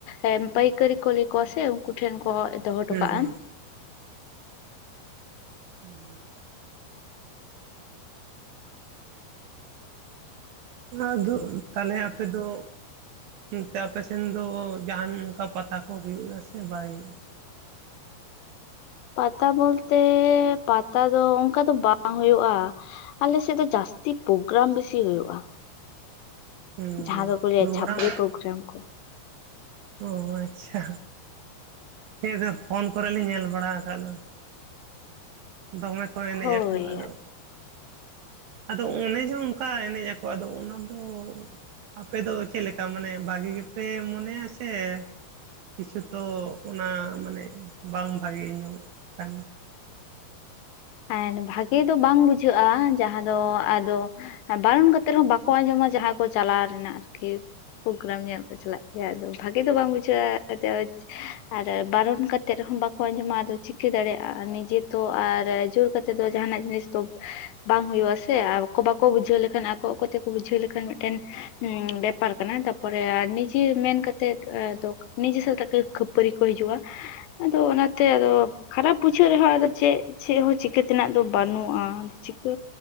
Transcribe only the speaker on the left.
ᱮ ᱯᱟᱹᱭᱠᱟᱹᱨᱤ ᱠᱩ ᱞᱤᱭ ᱠᱚᱣᱟ ᱥᱮ ᱩᱱᱠᱩ ᱴᱷᱮᱱ ᱠᱚ ᱫᱚᱦᱚ ᱦᱚᱴᱚ
ᱠᱟᱜᱼᱟ
ᱯᱟᱛᱟ ᱵᱚᱞᱛᱮ ᱯᱟᱛᱟ ᱫᱚ ᱚᱱᱠᱟ ᱫᱚ ᱵᱟᱝ ᱦᱩᱭᱩᱜᱼᱟ ᱟᱞᱮ ᱥᱮᱫ ᱫᱚ ᱡᱟᱹᱥᱛᱤ ᱯᱳᱜᱽ ᱜᱨᱟᱢ ᱵᱮᱥᱤ ᱦᱩᱭᱩᱜᱼᱟ
ᱡᱟᱦᱟᱸ ᱫᱚᱠᱚ ᱞᱟᱹᱭᱟ
ᱪᱷᱟᱯᱨᱤ ᱯᱨᱳᱜᱨᱟᱢ ᱠᱚ
ᱦᱳᱭ
ᱮᱱᱰ ᱵᱷᱟᱜᱮ ᱫᱚ ᱵᱟᱝ ᱵᱩᱡᱷᱟᱹᱜᱼᱟ ᱡᱟᱦᱟᱸ ᱫᱚ ᱟᱫᱚ ᱵᱟᱨᱚᱱ ᱠᱟᱛᱮᱜ ᱨᱮ ᱦᱚᱸ ᱵᱟᱠᱚ ᱟᱸᱡᱚᱢᱟ ᱡᱟᱦᱟᱸᱭ ᱠᱚ ᱪᱟᱞᱟᱣ ᱨᱮᱱᱟᱜ ᱟᱨᱠᱤ᱾ ᱯᱳᱜ ᱜᱨᱟᱢ ᱧᱮᱞ ᱠᱚ ᱪᱟᱞᱟᱜ ᱜᱮᱭᱟ ᱟᱫᱚ ᱵᱷᱟᱜᱮ ᱫᱚ ᱵᱟᱝ ᱵᱩᱡᱷᱟᱹᱜᱼᱟ <unintelligible> ᱟᱨ ᱵᱟᱨᱚᱱ ᱠᱟᱛᱮ ᱨᱮ ᱦᱚᱸ ᱵᱟᱠᱚ ᱟᱸᱡᱚᱢᱟ ᱟᱫᱚ ᱪᱤᱠᱟᱹ ᱫᱟᱲᱮᱭᱟᱜᱼᱟ ᱱᱤᱡᱮ ᱛᱚ ᱟᱨ ᱡᱳᱨ ᱠᱟᱛᱮᱫ ᱫᱚ ᱡᱟᱦᱟᱱᱟᱜ ᱡᱤᱱᱤᱥ ᱫᱚ ᱵᱟᱝ ᱦᱩᱭᱩᱜ ᱟᱥᱮ ᱟᱨ ᱟᱠᱚ ᱵᱟᱠᱚ ᱵᱩᱡᱷᱟᱹᱣ ᱞᱮᱠᱷᱟᱱ ᱟᱠᱚ ᱟᱠᱚ ᱛᱮᱠᱚ ᱵᱩᱡᱷᱟᱹᱣ ᱞᱮᱠᱷᱟᱱ ᱢᱤᱫ ᱴᱮᱱ ᱦᱩᱸ ᱵᱮᱯᱟᱨ ᱠᱟᱱᱟ ᱛᱟᱯᱚᱨᱮ ᱱᱤᱡᱮ ᱢᱮᱱ ᱠᱟᱛᱮᱜ ᱮ ᱫᱚ ᱱᱤᱡᱮ ᱥᱟᱛᱮᱜ ᱜᱮ ᱠᱷᱟᱹᱯᱟᱹᱨᱤ ᱠᱚ ᱦᱤᱡᱩᱜᱼᱟ ᱟᱫᱚ ᱚᱱᱟ ᱛᱮ ᱟᱫᱚ ᱠᱷᱟᱨᱟᱯ ᱵᱩᱡᱷᱟᱹᱜ ᱨᱮᱦᱚᱸ ᱟᱫᱚ ᱪᱮᱫ ᱪᱮᱫ ᱦᱚᱸ ᱪᱤᱠᱟᱹ ᱛᱮᱱᱟᱜ ᱫᱚ ᱵᱟᱹᱱᱩᱜᱼᱟ᱾ ᱪᱤᱠᱟᱹ